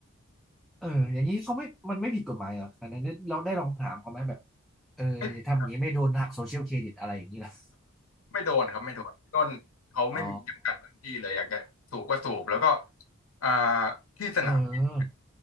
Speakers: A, in the centre; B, on the left.
A: เอออย่างนี้เขาไม่ มันไม่ผิดกฎหมายเหรออันนั้นเราได้ลองถามเขาไหมแบบ เอออย่าทำอย่างนี้ไม่โดนหักโซเชียลเครดิตอะไรอย่างนี้ล่ะ
B: ไม่ผิดครับไม่โดนครับไม่โดนต้นเขาไม่มีจำกัดพื้นที่เลยอยากจะสูบก็สูบแล้วก็
A: อ๋อ
B: อ่าที่สนามบิน
A: เออ